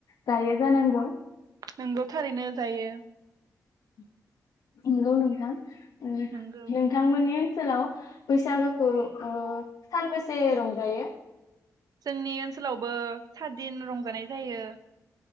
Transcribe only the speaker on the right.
नंगौ थारैनो जायो।
नंगौ
जोंनि ओनसोलावबो साद दिन रंजानाय जायो।